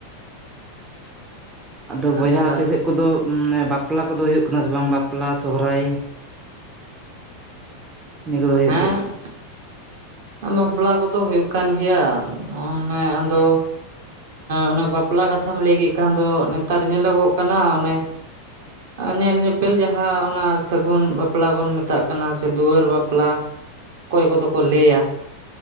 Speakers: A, on the right; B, on the right.
A: ᱟᱫᱚ ᱵᱚᱭᱦᱟ
B: ᱟᱪᱪᱷᱟ
A: ᱟᱯᱮ ᱥᱮᱫ ᱠᱚᱫᱚ ᱵᱟᱯᱞᱟ ᱠᱚᱫᱚ ᱦᱩᱭᱩᱜ ᱠᱟᱱᱟ ᱥᱮ ᱵᱟᱝ ᱵᱟᱯᱞᱟ ᱥᱚᱦᱚᱨᱟᱭ ᱱᱤᱭᱟᱹ ᱠᱚ ᱦᱩᱭᱩᱜ
B: ᱦᱮᱸ ᱵᱟᱯᱞᱟ ᱠᱚᱫᱚ ᱦᱩᱭᱩᱜ ᱠᱟᱱ ᱜᱮᱭᱟ ᱚᱱᱮ ᱟᱫᱚ ᱚᱱᱮ ᱵᱟᱯᱞᱟ ᱠᱟᱛᱷᱟᱢ ᱞᱟᱹᱭ ᱠᱮᱫ ᱠᱷᱟᱱ ᱫᱚ ᱱᱮᱛᱟᱨ ᱧᱮᱞᱚᱜᱚᱜ ᱠᱟᱱᱟ ᱚᱱᱮ ᱧᱮᱞ ᱧᱮᱯᱮᱞ ᱡᱟᱦᱟᱸ ᱚᱱᱟ ᱥᱟᱹᱜᱩᱱ ᱵᱟᱯᱞᱟ ᱵᱚᱱ ᱢᱮᱛᱟᱜ ᱠᱟᱱᱟ ᱥᱮ ᱫᱩᱣᱟᱹᱨ ᱵᱟᱯ ᱞᱟ ᱚᱠᱚᱭ ᱠᱚᱫᱚ ᱠᱚ ᱞᱟᱹᱭᱟ